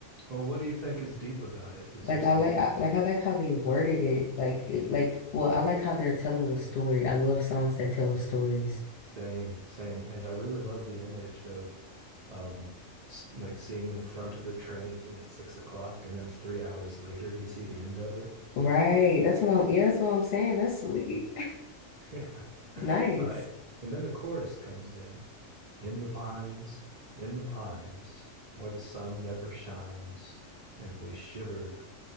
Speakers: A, on the right (about 75°); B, on the left (about 60°).
A: well, what do you think is deep about it? Is
B: Like
A: there some
B: I like I, like I like how they worded it. Like it like well, I like how they're telling a story. I love songs that tell stories.
A: same, same? And I really love the image of um, s- like seeing the front of the train at six o'clock, and then three hours later you see the end of it.
B: Right. That's what I'm yeah, that's what I'm saying. That's sweet. <laughs>
A: <laughs> Yeah.
B: Nice.
A: Uh, and then the chorus comes in. In the pines, in the pines, where the sun never shines, and we shiver